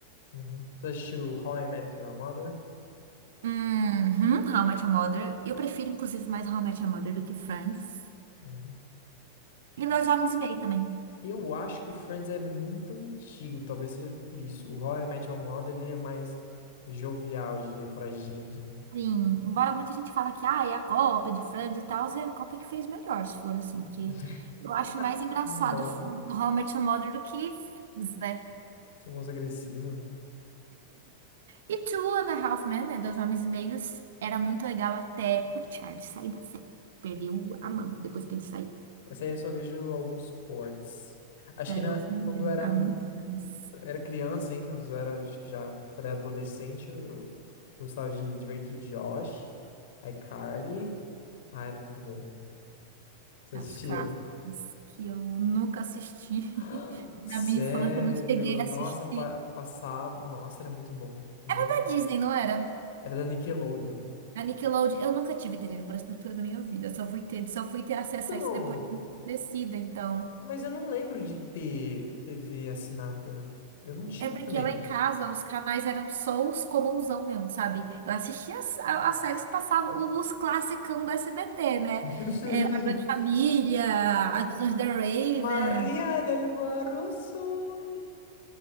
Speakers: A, on the left; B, on the right.
A: Uhum. Você assistiu How I Met Your Mother?
B: Uhum, How I Met Your Mother. Eu prefiro, inclusive, mais How I Met Your Mother do que Friends.
A: Uhum.
B: E Dois Homens e Meio também.
A: Eu acho que o Friends é muito antigo, talvez seja por isso. O How I Met Your Mother ele é mais jovial, eu diria, pra gente, né?
B: Sim, embora muita gente fala que ah, é a Copa de Friends e tal, é a Copa que fez melhor, se for assim, porque
A: <laughs>
B: eu acho mais engraçado
A: Não,
B: F- How I Met Your Mother do que Friends, né?
A: que música agressiva.
B: E Two and a Half Men, né, Dois Homens e Meios, era muito legal até o Charlie sair da série. Perdeu a mão depois que ele saiu.
A: Essa aí eu só vejo alguns cortes. Acho
B: Aí
A: que na,
B: eu vi
A: quando eu era,
B: há
A: um-
B: muitos anos
A: era criança ainda, mas eu era acho que já pré-adolescente, eu gostava de Drake e Josh, iCarly. Ah, era muito bom. Você
B: as
A: assistia?
B: clássicas que eu nunca assisti. <laughs>
A: Ah, Sério?
B: Na minha infância eu não cheguei a assistir.
A: Nossa, pa- passava. Nossa, era muito bom. Gente,
B: Era da Disney, não era?
A: era da Nickelodeon.
B: A Nickelodeon, eu nunca tive TV por assinatura na minha vida. Eu só fui ter, só fui ter acesso
A: Não,
B: a isso depois de muito crescida, então.
A: mas eu não lembro de ter TV assinada. Eu não tinha
B: É porque
A: também.
B: lá em casa os canais eram só os comunsão mesmo, sabe? Eu assistia as, a- as séries que passavam, o- os classicão do SBT, né?
A: <laughs>
B: A Grande Família, As Visões da Raven,
A: Maria del Barroso.